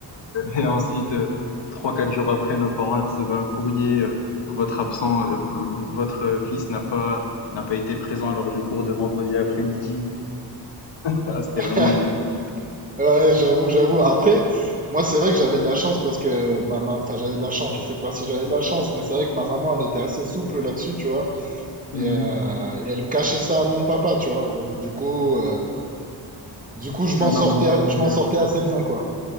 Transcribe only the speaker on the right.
<laughs>
Ouais, j'avoue, j'avoue. Après, moi c'est vrai que j'avais de la chance parce que ma maman, enfin j'avais de la chance, je sais pas si j'avais de la chance, mais c'est vrai que ma maman elle était assez souple là-dessus, tu vois, et,
euh, et elle cachait ça à mon papa, tu vois. Donc du coup, euh, du coup je m'en
sortais,
je m'en sortais assez bien, quoi.